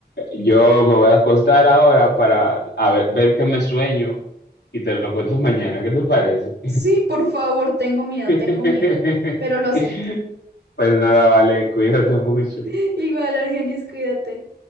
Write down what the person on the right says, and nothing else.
Sí, por favor, tengo miedo,
tengo miedo, pero lo acepto.
<laughs> Igual, Argenis, cuídate.